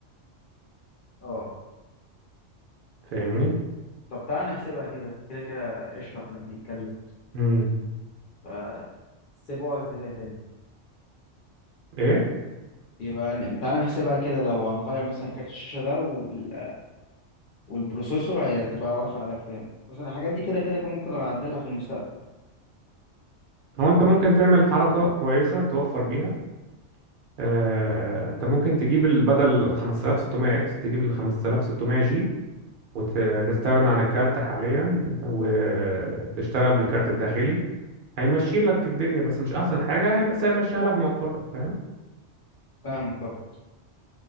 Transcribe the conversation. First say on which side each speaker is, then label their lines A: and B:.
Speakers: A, on the left; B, on the right.
A: أه
B: فاهمني
A: طب تعالى نحسبها كده كده كده قشطة إحنا بنتكلم
B: امم
A: ف سيبوها كده تاني
B: ايه
A: يبقى ن- تعالى نحسبها كده لو هنغير مثلا كارت الشاشة ده وال... والبروسيسور هي- هتبقى واقفة عليها بكام عشان الحاجات دي كده كده كان ممكن أبقى أعدلها في المستقبل
B: هو انت ممكن تعمل حركة كويسة توفر بيها آه، انت ممكن تجيب ال- بدل 5600 اكس تجيب ال 5600 جي وتستغنى عن الكارت حاليا وتشتغل بالكارت الداخلي هيمشي لك الدنيا بس مش احسن حاجة هي- بس هيمشيها لك مؤقتا فاهم
A: فاهمك طبعا